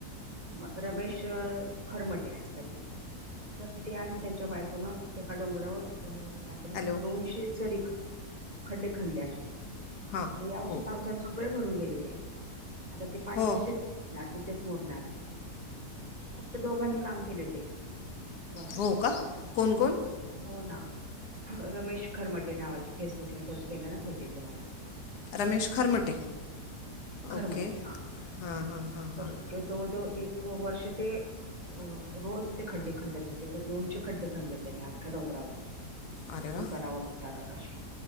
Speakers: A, on the right; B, on the left.
A: म रमेश खरमटे असं काहीतरी. तर ते आणि त्यांच्या बायकोन एका डोंगरावर काय तरी
B: हॅलो
A: दोनशे चरी. खड्डे खाल्ले असे
B: हां
A: तर यावर्षी
B: हो
A: पावसाने सगळे भरून गेले ते. आता ते पाणी
B: हो
A: तिथेच भिजणार तिथेच मुरणार. फक्त दोघांनी काम केले ते बघा.
B: हो का कोण कोण
A: हो ना रमेश खरमटे नावाचे फेसबुकला सर्च केल्या ना भेटेल तुम्हाला.
B: रमेश खरमटे
A: खरमटे
B: ओके
A: हा.
B: हां हां हां
A: तर
B: हां.
A: जवळजवळ एक वर्ष ते अ रोज ते खड्डे खांदात होते तर दोनशे खड्डे खाले त्यांनी आख्ख्या डोंगरावर.
B: अरे वा
A: उतारावर उतारावर असे